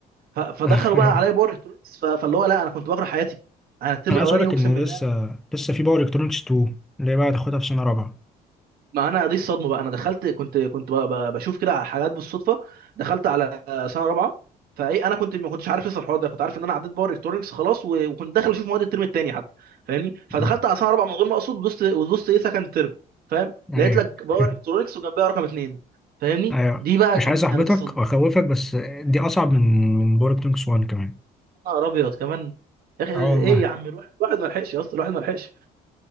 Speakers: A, on the right; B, in the centre.
A: ف... فدخلوا
B: <laughs>
A: بقى عليا باور الكترونكس ف... فاللي هو لا انا كنت بكره حياتي انا الترم
B: انا
A: الاولاني
B: عايز اقول لك
A: اقسم
B: ان
A: بالله
B: لسه لسه في باور الكترونكس 2 اللي هي بقى هتاخدها في سنه رابعه
A: ما انا دي الصدمه بقى انا دخلت كنت كنت ب- ب- بشوف كده على حاجات بالصدفه دخلت على سنه رابعه فايه انا كنت ما كنتش عارف لسه الحوار ده كنت عارف ان انا عديت باور الكترونكس خلاص و- وكنت داخل اشوف مواد الترم الثاني حتى فاهمني فدخلت
B: آه.
A: على سنه رابعه من غير ما اقصد ودوست ودوست ايه سكند ترم فاهم
B: ايوه
A: لقيت لك باور
B: <laughs>
A: الكترونكس وجنبها رقم اثنين فاهمني
B: ايوه
A: دي بقى
B: مش
A: كانت
B: عايز احبطك
A: كانت الصدمه
B: واخوفك بس دي اصعب من من باور الكترونكس 1 كمان
A: يا نهار ابيض كمان يا اخي
B: اه والله
A: ايه يا عم الواحد الواحد ما لحقش يا اسطى الواحد ما لحقش